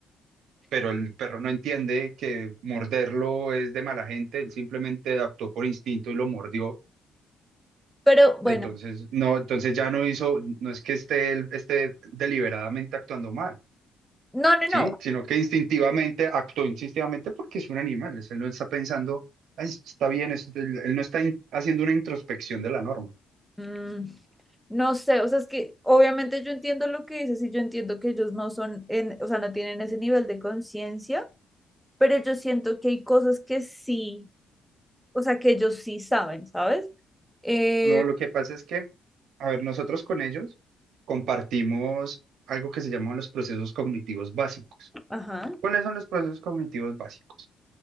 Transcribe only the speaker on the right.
Pero el perro no entiende que morderlo es de mala gente, él simplemente actuó por instinto y lo mordió.
Entonces, no, entonces ya no hizo, no es que esté, él- esté deliberadamente actuando mal
¿sí?
Sino que instintivamente, actuó instintivamente porque es un animal, es- él no está pensando, "Ay, está bien, esto- él, él no está in- haciendo una introspección de la norma.
No, lo que pasa es que, a ver, nosotros con ellos compartimos algo que se llaman los procesos cognitivos básicos.
¿Cuáles son los procesos cognitivos básicos?